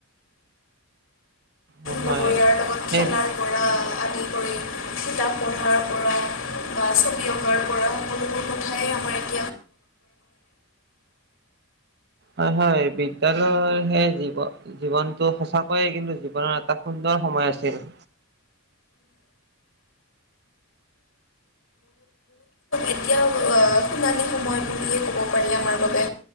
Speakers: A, on the right; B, on the left.
A: অঁ,
B: লগৰীয়াৰ
A: হয়।
B: লগত
A: সেই-
B: খেলাৰ পৰা আদি কৰি কিতাপ পঢ়াৰ পৰা- বা ছবি অঁকাৰ পৰা সকলোবোৰ - <unintelligible>
A: হয়, হয়। বিদ্যালয়ৰ সেই জীৱ- জীৱনতটো সঁচাকৈয়ে কিন্তু জীৱনৰ এটা সুন্দৰ সময় আছিল।
B: এতিয়াও আ সোণালী সময় বুলিয়ে কব- ক'ব পাৰি আমাৰ বাবে।